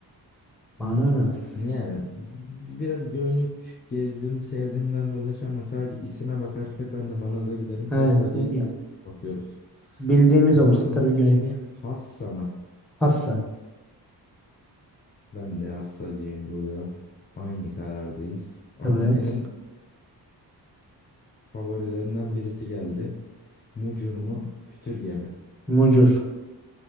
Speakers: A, in the centre; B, on the left.
A: Bananas.
B: Yani biraz Göynük gezdim sevdiğimden dolayı ama sadece isime bakarsak ben de Banaz'a giderim
A: Aynen.
B: ve sadece
A: Ya.
B: isme bakıyoruz.
A: Bildiğimiz
B: O
A: olursa
B: zaman Mutki
A: tabii göynük.
B: mi Hassa mı?
A: Hassa.
B: Ben de Hassacıyım burada. Aynı karardayız. Aha
A: Evet.
B: senin favorilerinden birisi geldi. Mucur mu? Pütürge mi?
A: Mucur.